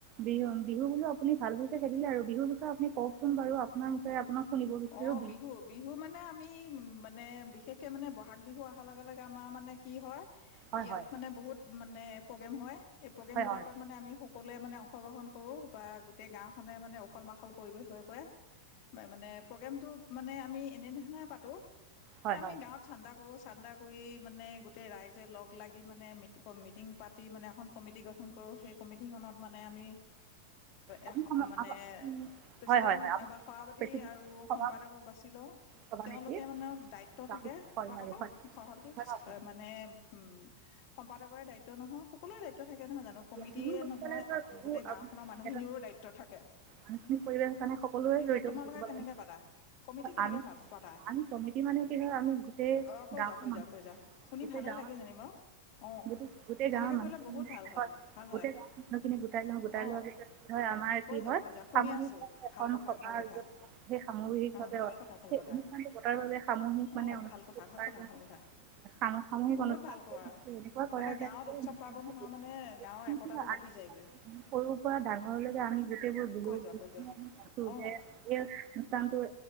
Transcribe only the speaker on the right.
বিহু বিহু বোলো আপুনি ভালবোৰক খেলিলে বিুৰ বিষয় আপুনি কওকচ বাৰু আপোনাৰ বিচ আপোনাক শুনিব বিচাৰোঁ
হয়
হয়
হয়
হয়
হয়
হয়
আপুনি
সম-
আপ-
হয় হয় হয় আপুনি
পৃথিৱীৰ
সমাজ
সভানেত্ৰী
হয়
আৰু
হয়
হয়
হয়
বিহু বুলি
ক'লে ধৰ বিহু
আপ-
আনুষ্ঠানিক পৰিৱেশৰ কাৰণে সকলোৱে
জড়িত
হৈ থাকিব
লাগে
আমি
আমি কমিটি মানে কি হয় আমি গোটেই
গাঁৱৰ
মানুহ
গোটেই
গাঁৱত
গোটেই গোটেই
গাঁৱৰ মানুহখিনি
হয়
গোটেই
গাওৰ মানুহখিনি গোটাই লওঁ গোটাই
লোৱাৰ পিছত কি হয় আমাৰ
কি হয়
সাম
এখন
সভষ
সামহিকভাৱে
সেই
অনুষ্ঠানটো পটাৰ বাবে সামহিক
মানে অনুষ্ঠানটো
পত
যায়
সামহিক
অনুষ্ঠান
এনেকুৱা
কৰা যায়
সৰুৰ
পৰা ডাঙৰলৈকে আমি গোটেইবোৰ বলোো
যে এই টো